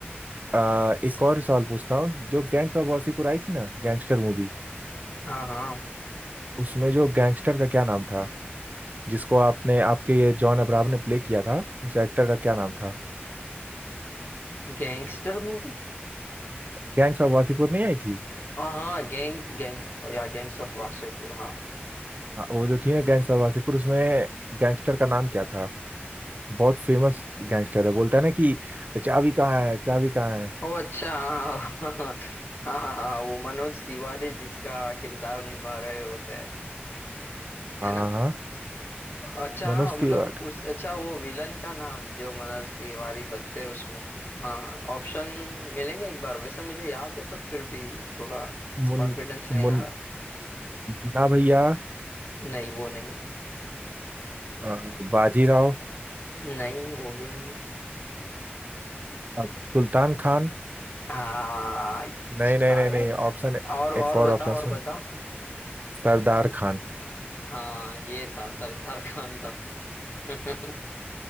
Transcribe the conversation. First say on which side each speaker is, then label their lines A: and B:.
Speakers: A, on the right (about 40°); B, on the left (about 60°).
A: आ, एक और सवाल पूछता हूँ जो गैंग्स ऑफ वासीपुर आई थी ना गैंगस्टर मूवी
B: हाँ हाँ
A: उसमें जो गैंगस्टर का क्या नाम था जिसको आपने आपके ये जॉन अब्राहम ने प्ले किया था उस एक्टर का क्या नाम था
B: गैंगस्टर मूवी
A: गैंग्स ऑफ वासीपुर नहीं आई थी
B: हाँ हाँ गैंग गैंग या गैंग्स ऑफ वासेपुर हाँ
A: हाँ वो जो थी ना गैंग्स ऑफ वासीपुर उसमें गैंगस्टर का नाम क्या था बहुत फेमस गैंगस्टर है बोलता है ना कि चाबी कहाँ है चाबी कहाँ है
B: ओ अच्छा हाँ हाँ हाँ हाँ, हाँ, वो मनोज तिवारी जिसका किरदार निभा रहे होते हैं है
A: हाँ
B: ना
A: हाँ हाँ,
B: अच्छा हाँ
A: मनोज
B: मतलब
A: तिवारी
B: उस अच्छा वो विलन का नाम जो मनोज तिवारी बनते हैं उसमें हाँ ऑप्शन मिलेंगे एक बार वैसे मुझे याद है पर फिर भी थोड़ा
A: मुन
B: कॉन्फिडेंस नहीं
A: मुन
B: आ रहा
A: मुन्ना भैया
B: नहीं वो नहीं
A: अ, बाजीराव
B: नहीं वो भी नहीं
A: अ, सुल्तान खान
B: हाँ
A: नहीं
B: शायद
A: नहीं नहीं नहीं ऑप्शन
B: और और
A: एक
B: बताओ
A: और ऑप्शन
B: और
A: सुन
B: बताओ
A: सरदार खान
B: हाँ ये था सरदार खान था <laughs>